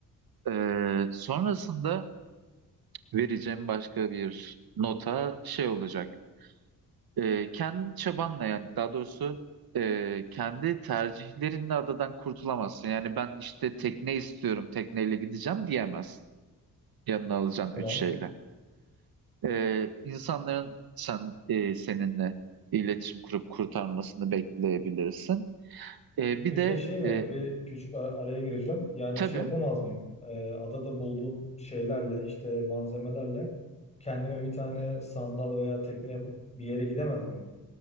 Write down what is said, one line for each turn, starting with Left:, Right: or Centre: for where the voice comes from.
Right: E, sonrasında vereceğim başka bir nota şey olacak. E, kendi çabanla yani daha doğrusu e, kendi tercihlerinle adadan kurtulamazsın. Yani ben işte tekne istiyorum, tekneyle gideceğim diyemezsin. Yanına alacağın
Left: Tamam.
Right: üç şeyle. Ee, insanların sen e, seninle iletişim kurup kurtarmasını bekleyebilirsin. Ee, bir
Left: Peki
Right: de
Left: şey mi?
Right: e,
Left: Bir küçük ar- araya gireceğim. Yani
Right: tabii
Left: şey yapamaz mıyım? Ee, adada bulduğum şeylerle işte malzemelerle kendime bir tane sandal veya tekne yapıp bir yere gidemez miyim?